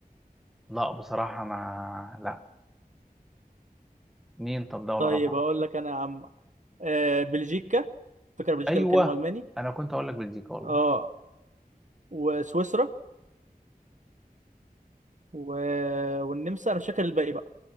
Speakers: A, in the centre; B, on the right (about 50°).
A: لا بصراحه ما لا مين طب دوله
B: طيب
A: رابعه
B: اقول لك انا يا عم آه، بلجيكا فكره بلجيكا
A: ايوه
B: بيتكلموا الماني
A: انا كنت اقول لك بلجيكا والله
B: اه وسويسرا و... والنمسا انا مش فاكر الباقي بقى